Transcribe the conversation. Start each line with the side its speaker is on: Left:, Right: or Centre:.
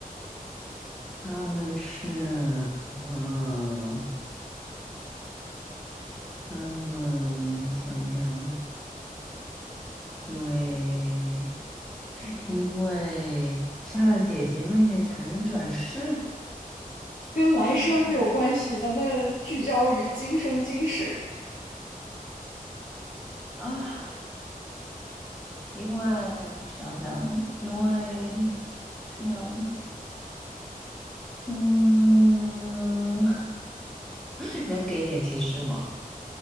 Centre: 她们是，嗯，她们想想，因为因为杀了姐姐妹妹才能转世。
Left: 跟来生没有关系，
Centre: <laughs>
Left: 咱们聚焦于今生今世。
Centre: 啊，因为想想，因为是秒吗？嗯，<laughs> 能给点提示吗？